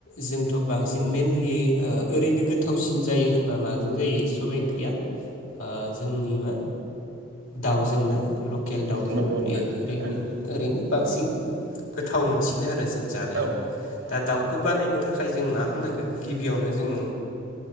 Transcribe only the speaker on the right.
नंगौ नोंथां
औ औ